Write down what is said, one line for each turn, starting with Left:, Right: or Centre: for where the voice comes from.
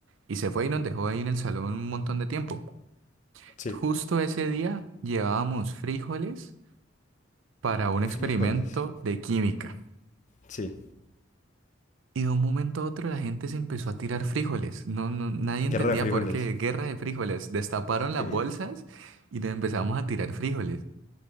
Right: y se fue y nos dejó ahí en el salón un montón de tiempo.
Left: Sí.
Right: Justo ese día llevábamos frijoles para un experimento
Left: Frijoles.
Right: de química.
Left: Sí.
Right: Y de un momento a otro la gente se empezó a tirar frijoles. No, no, nadie entendía
Left: Guerra de frijoles.
Right: por qué. Guerra de frijoles. Destaparon
Left: Ok.
Right: las bolsas y nos empezamos a tirar frijoles.